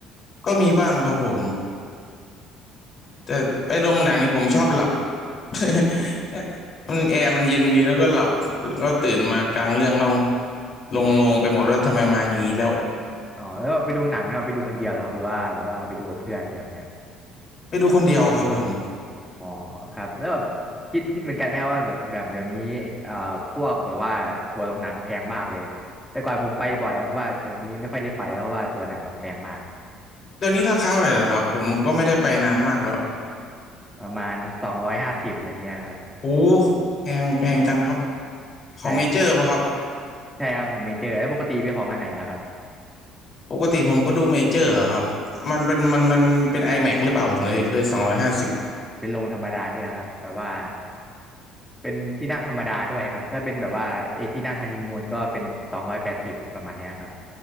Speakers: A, on the left; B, in the centre.
A: ก็มีบ้างครับผมแต่ไปโรงหนังนี่ผมชอบหลับ <laughs> มันแอร์มันเย็นดีแล้วก็หลับก็ตื่นมากลางเรื่องเอาลงงงไปหมดแล้วาทำไมมาอย่างนี้แล้ว
B: อ๋อแล้วไปดูหนังแล้วไปดูคนเดียวเหรอครับหรือว่าแบบว่าไปดูกับเพื่อนเลยแบบเนี้ย
A: ไปดูคนเดียวครับผม
B: อ๋อครับแล้วแบบคิดคิดเหมือนกันไหมครับว่าแบบแบบเดี๋ยวนี้อ่าพวกแบบว่าตัวโรงหนังแพงมากเลยแต่ก่อนผมไปบ่อยครับเพราะว่าเดี๋ยวนี้ไม่ค่อยได้ไปแล้วเพราะว่าตัวหนังมันแพงมาก
A: เดี๋ยวนี้ราคาเท่ไรเหรอครับผมก็ไม่ได้ไปนานมากแล้ว
B: ประมาณสองร้อยห้าสิบอะไรเงี้ยครับ
A: โอ้แพงแพงจังครับของเมเจอร์ป่ะครับ
B: ใช่ครับใช่ครับของเมเจอร์แล้วปกติไปของอันไหนแล้วครับ
A: ปกติผมก็ดูเมเจอร์อะครับมันเป็นมันมันเป็น iMac หรือเปล่าเลยเลยสองร้อยห้าสิบ
B: เป็นโรงธรรมดานี่แหละครับแบบว่าเป็นที่นั่งธรรมดาด้วยครับถ้าเป็นแบบว่าไอ้ที่นั่งฮันนีมูนก็เป็นสองร้อยแปดสิบประมาณเนี้ยครับ